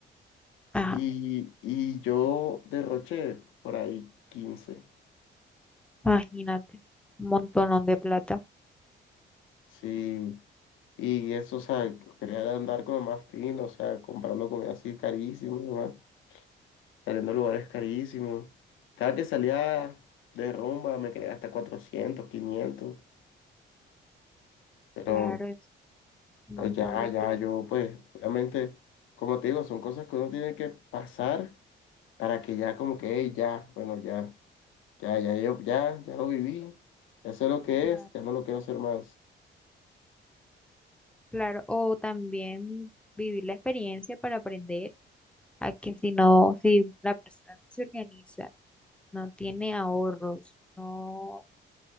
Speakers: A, in the centre; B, on the left.
A: Ajá,
B: Y, y yo derroché por ahí quince
A: imagínate, un montón de plata.
B: sí. Y eso, o sea, quería andar como más fino, o sea, comprando comida así carísima, ¿no? saliendo a lugares carísimos. Cada que salía de rumba me quería hasta cuatrocientos quinientos pero,
A: Claro, es un
B: pero
A: montón
B: ya,
A: de plata,
B: ya, yo pues, obviamente, como te digo, son cosas que uno tiene que pasar para que ya como que, "Ey, ya, bueno, ya, ya, ya, yo- ya, ya lo viví, ya sé lo que
A: claro,
B: es, ya no lo quiero hacer más.
A: claro. O también vivir la experiencia para aprender a que si no, si la persona no se organiza, no tiene ahorros, no...